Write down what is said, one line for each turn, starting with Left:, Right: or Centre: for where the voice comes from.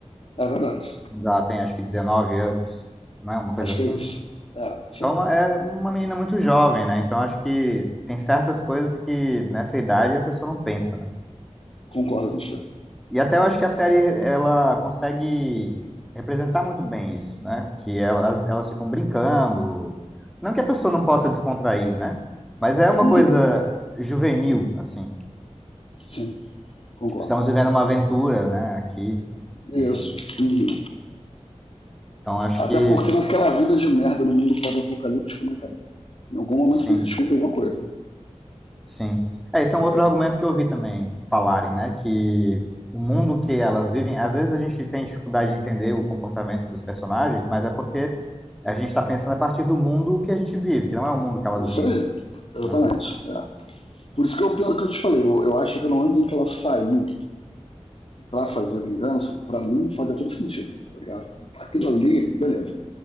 Left: é verdade.
Centre: mas ela tem acho que 19 anos, não é? Uma coisa
Left: Acho
Centre: assim.
Left: que é isso. É, isso
Centre: Então
Left: aí.
Centre: é uma menina muito jovem, né? Então acho que tem certas coisas que nessa idade a pessoa não pensa, né?
Left: Concordo, Michel.
Centre: E até eu acho que a série ela consegue representar muito bem isso, né? Que elas, elas ficam brincando. Não que a pessoa não possa descontrair, né? Mas é uma
Left: Uhum.
Centre: coisa juvenil, assim.
Left: Sim, concordo.
Centre: Tipo, estamos vivendo uma aventura, né? Aqui.
Left: Isso.
Centre: E,
Left: Uhum.
Centre: então acho
Left: Até
Centre: que
Left: porque naquela vida de merda no mundo pós-apocalíptico, né, cara? Em algum momento
Centre: sim.
Left: você tem que descobrir de alguma coisa.
Centre: Sim. É, esse é um outro argumento que eu ouvi também falarem, né? Que o mundo que elas vivem, às vezes a gente tem dificuldade de entender o comportamento dos personagens, mas é porque a gente está pensando a partir do mundo que a gente vive, que não é o mundo que elas
Left: Isso
Centre: vivem,
Left: aí, exatamente.
Centre: né?
Left: É. Por isso que eu, pelo que eu te falei, eu, eu acho que no momento em que ela saiu pra fazer vingança, pra mim fazia todo sentido, tá ligado? Aquilo ali, beleza.